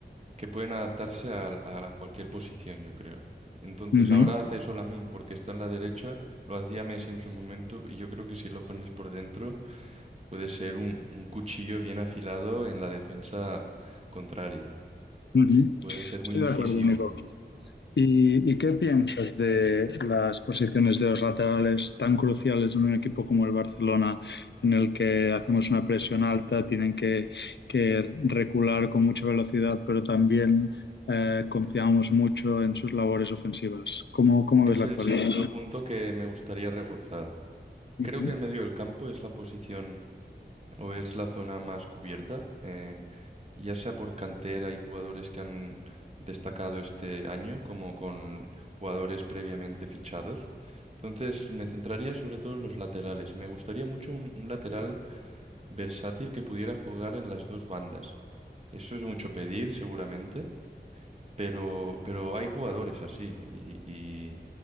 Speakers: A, on the right; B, on the left.
A: que pueden adaptarse a, a cualquier posición, yo creo. Entonces,
B: Ujú,
A: ahora hace eso Lamine porque está en la derecha, lo hacía Messi en su momento, y yo creo que si lo pones por dentro, puede ser un, un cuchillo bien afilado en la defensa contraria.
B: ujú.
A: Puede ser
B: Estoy
A: muy incisivo.
B: de acuerdo, Nico. ¿Y, y qué piensas de las posiciones de los laterales tan cruciales en un equipo como el Barcelona, en el que hacemos una presión alta, tienen que, que recular con mucha velocidad, pero también eh, confiamos mucho en sus labores ofensivas? ¿Cómo, cómo
A: Es
B: ves la
A: el
B: actualidad?
A: segundo punto que me gustaría reforzar.
B: Ujú.
A: Creo que el medio del campo es la posición o es la zona más cubierta, eh, ya sea por cantera y jugadores que han destacado este año, como con jugadores previamente fichados. Entonces me centraría sobre todo en los laterales. Me gustaría mucho un, un lateral versátil que pudiera jugar en las dos bandas. Eso es mucho pedir, seguramente, pero, pero hay jugadores así. Y, y-